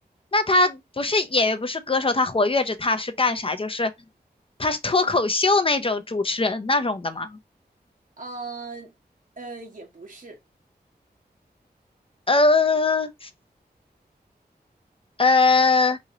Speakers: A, on the left; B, on the right.
A: 那他不是演员，不是歌手，他活跃着，他是干啥？就是他是脱口秀那种主持人那种的吗？
B: 呃，呃，也不是，
A: 呃，呃，